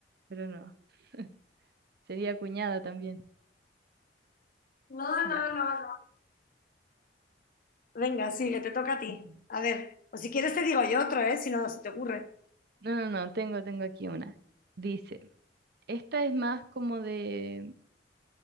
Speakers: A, on the right; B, on the left.
A: pero no. <laughs> Sería cuñada también.
B: No,
A: Ya.
B: no, no, no. Venga, sigue, te toca a ti.
A: Mm.
B: A ver, o si quieres te digo yo otro, ¿eh? Si no se te ocurre.
A: No, no, no, tengo, tengo aquí una. Dice, esta es más como de,